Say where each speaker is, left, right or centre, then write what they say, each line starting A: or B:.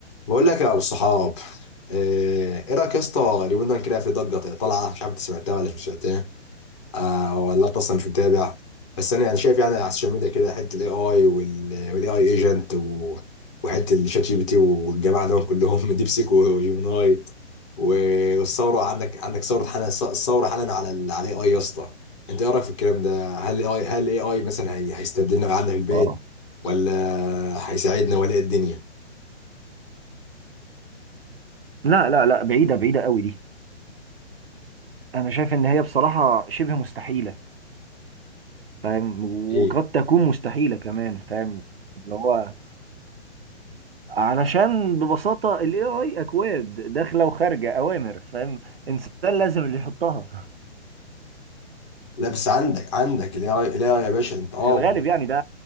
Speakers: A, on the left; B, on the right.
A: بقول لك يا ابو الصحاب آه، ايه رايك يا اسطى اليومين دول كده في ضجه طالعه مش عارف انت سمعتها ولا مش سمعتها آه ولا انت اصلا مش متابع بس انا يعني شايف يعني على السوشيال ميديا كده حته الاي اي والاي اي ايجنت وحته الشات جي بي تي والجماعه دول كلهم <laughs> ديب سيك وجيميناي و- والثوره عندك عندك ثوره حالا الثوره حالا على ال- على الاي اي يا اسطى انت ايه رايك في الكلام ده هل الاي اي هل الاي اي مثلا هي- هيستبدلنا قعدنا في البيت
B: اه
A: ولا هيساعدنا ولا إيه الدنيا
B: لا لا لا بعيدة بعيدة قوي دي انا شايف ان هي بصراحة شبه مستحيلة فاهم
A: ايه
B: وقد تكون مستحيلة كمان فاهم اللي هو علشان ببساطة ال AI أكواد داخلة وخارجة أوامر فاهم إنسان لازم اللي يحطها
A: لا بس عندك عندك الاي اي يا باشا انت اه
B: في الغالب يعني ده